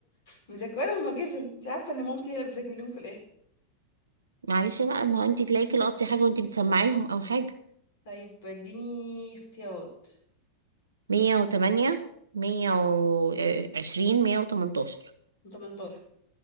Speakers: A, on the left (about 55°); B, on the right (about 75°).
A: مذاكره لهم ماجزة انت عارفه ان مامتي هي اللي بتذاكر لهم في الاخر
B: معلش بقى ما انت تلاقيكي لقطتي حاجه وانت بتسمعي لهم او حاجه
A: طيب اديني اختيارات
B: مية وتمانية مية وعشرين مية وتمنتاشر
A: 18